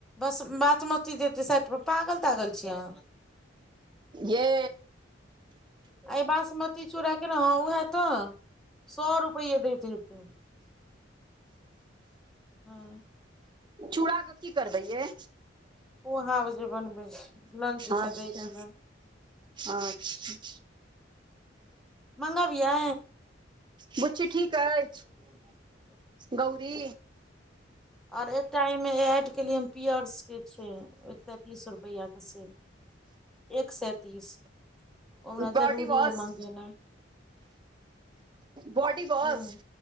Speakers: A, in the centre; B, on the right (about 25°).
A: बस बासमती देते साइड पर पागल तागल छीयै अहाँ
B: ये
A: ह बासमती चूड़ा केना हँ उएह तऽ सए रुपैआ देते हते ह
B: चूड़ाके की करबै या
A: उहा जे बनबै छै लंच
B: अच्छा
A: मे दै के लेल
B: अच्छा।
A: मंगाबियआ।
B: बुच्छी ठीक आए
A: <inaudible>
B: गौरी
A: आओर एकटा एहिमे एड केलियै पीयर्सके छै एकटा तीस रुपैआके से एक सेए तीस हरा
B: बॉडी
A: जरूरी
B: वॉश
A: य मंगे नै
B: बॉडी वॉश
A: हूं